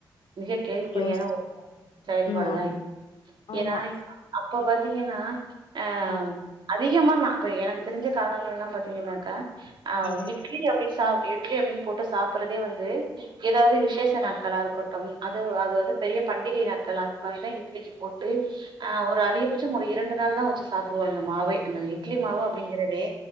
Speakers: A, on the right; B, on the left.
A: மிக கேள்விக்குறியான
B: யோஸ்
A: <inaudible> ஒரு செயல்பாடுதா
B: ம் ஆமா
A: <inaudible>
B: ஆமா
A: ஏனா <inaudible> இப்ப பாத்தீங்கன்னா ஆஹ்
B: ம்
A: அடு அதிகமான் நா இப்ப எனக்கு தெரிஞ்ச காலங்கள் எலாம் பாத் னினக்கா ஆஹ
B: ம்
A: இட்லி அப்டி ச இட்லி அப்டின்னு போட்டு சாப்பிடுறதே வந்து ஏதாவது விசேஷ நாட்களா இருக்கட்டு அது அதாவது பெரிய பண்டிகை நாட்கள் அந்த மாதிரிதா இட்லிக்கு போட்டு ஆஹ் ஒரு அதிகபட்சம் ஒரு இரண்டு நாள் தா வெச்சு சாப்பிடுவாங்க மாவேஅந்த இட்லி மாவு அப்டிங்கறதே